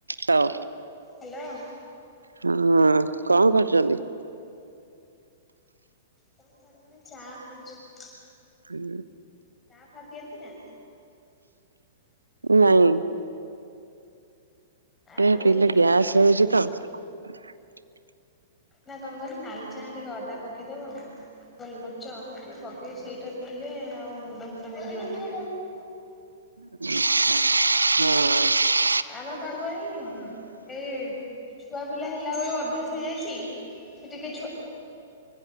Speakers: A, on the right; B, on the left.
A: ହଉ।
B: ହ୍ୟାଲୋ।
A: ହଁ କଣ କରୁଛନ୍ତି?
B: କଣ କରିମି ଚା ପିଉଛୁ।
A: ହୁଁ।
B: ଚା ପିଅନ୍ତି ନା?
A: ନାଇଁ।
B: ଆମେ
A: ଏ ପିଲେ
B: ନା
A: ଗ୍ୟାସ୍ ହଉଚି ତ। <inaudible>
B: ନା କଣ କନି ନାଲ ଚାଁ ଟିକେ ଅଦା ପକେଇଦବ ଗୋଲମରିଚ ଟିକେ ପକେଇ ସେଇଟା ପିଇଲେ ଆଉ ମୁଣ୍ଡ ଫୁଣ୍ଡ ବିନ୍ଧିବନି।
A: ଆଛା ହଁ।
B: ଆମର କଣ କନି ଏଇ ଛୁଆ ପିଲା ହେଲା ବେଳୁ ଅଭ୍ୟାସ ହେଇଯାଇଛି ସେ ଟିକି ଛୁଆ